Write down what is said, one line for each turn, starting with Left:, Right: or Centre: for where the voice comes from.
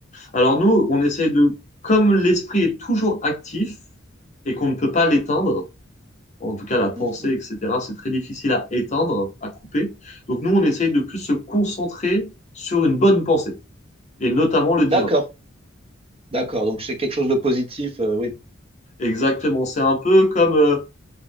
Left: Alors nous, on essaie de, comme l'esprit est toujours actif et qu'on ne peut pas l'éteindre, en tout cas la pensée,
Right: Mhm.
Left: etc. C'est très difficile à éteindre, à couper. Donc nous, on essaye de plus se concentrer sur une bonne pensée, et notamment le
Right: D'accord.
Left: divan.
Right: D'accord, donc c'est quelque chose de positif, euh, oui.
Left: Exactement, c'est un peu comme, euh,